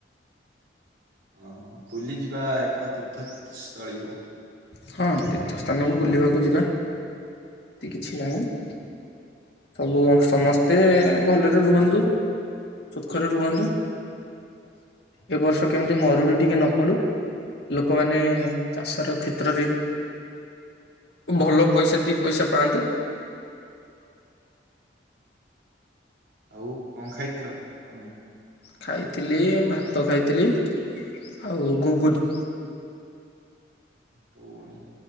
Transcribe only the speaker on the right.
ହଁ ପୁଲି ଯିବା ଏକ ତୀର୍ଥସ୍ଥଳୀକୁ
ଆଉ କଣ ଖାଇଥିଲ ତମେ?
ତ ନାଇ